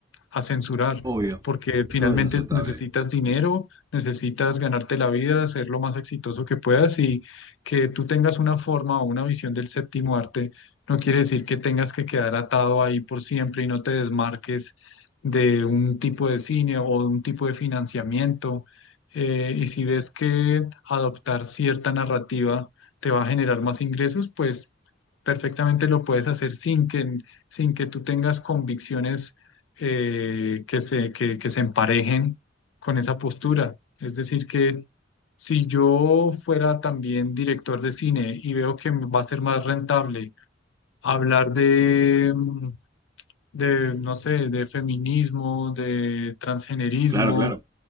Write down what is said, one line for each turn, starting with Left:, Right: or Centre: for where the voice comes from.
Left: a censurar,
Right: Obvio,
Left: porque finalmente
Right: todo es aceptable.
Left: necesitas dinero, necesitas ganarte la vida, ser lo más exitoso que puedas y que tú tengas una forma o una visión del séptimo arte no quiere decir que tengas que quedar atado ahí por siempre y no te desmarques de un tipo de cine o de un tipo de financiamiento. Eh, y si ves que adoptar cierta narrativa te va a generar más ingresos, pues perfectamente lo puedes hacer sin que, sin que tú tengas convicciones eh, que se, que que se emparejen con esa postura. Es decir, que si yo fuera también director de cine y veo que va a ser más rentable hablar de, mm, de, no sé, de feminismo, de transgenerismo,
Right: Claro, claro.